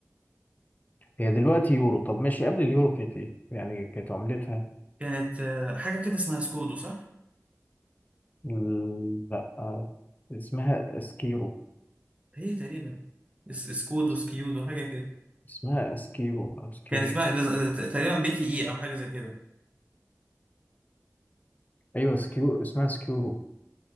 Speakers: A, on the left; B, on the right.
A: هي دلوقتي يورو طب ماشي قبل اليورو كانت ايه يعني كانت عملتها
B: كانت آه، حاجة كده اسمها سكودو صح
A: ال- لا آه، اسمها اسكيرو
B: هي تقريبا اس- سكودو
A: اس-
B: سكيودو حاجة كده
A: اسمها اسكيرو او سكيرو
B: كان اسمها تقريبا بي تي اي او حاجة زي كده
A: ايوه سكيو اسمها سكيورو